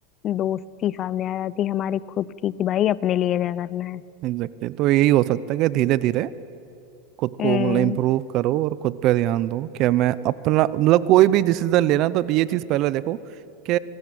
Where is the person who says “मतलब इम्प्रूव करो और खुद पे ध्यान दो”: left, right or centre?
Right